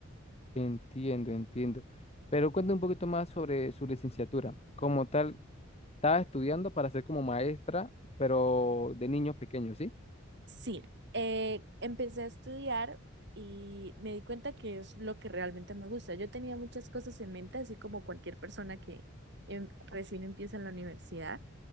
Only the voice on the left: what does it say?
Entiendo, entiendo. Pero cuéntame un poquito más sobre su licenciatura. Como tal, estaba estudiando para ser como maestra, pero de niños pequeños, ¿sí?